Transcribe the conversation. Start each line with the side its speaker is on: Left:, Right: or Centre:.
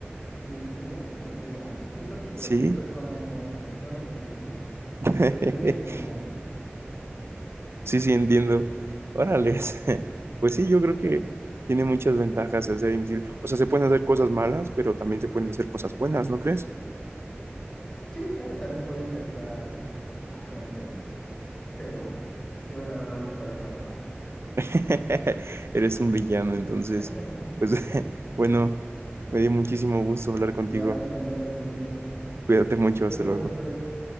Left: Eh, sería alguien que me caiga mal. Siento que
Right: Sí,
Left: cualquier persona no, no lo merecería.
Right: <laughs>
Left: Lo tendría que ganar.
Right: sí, sí, entiendo. Órales. <laughs> Pues sí, yo creo que tiene muchas ventajas el ser invisible. O sea, se pueden hacer cosas malas, pero también se pueden hacer cosas buenas, ¿no crees?
Left: Sí, claro, también puedes ayudar a gente, pero yo la verdad lo ocuparía para el mal.
Right: <laughs> Eres un villano, entonces,
Left: <laughs>
Right: pues <laughs> bueno, me dio muchísimo gusto hablar contigo.
Left: Igual me encanta hablar contigo.
Right: Cuídate mucho,
Left: Nos vemos,
Right: hasta luego.
Left: hasta luego.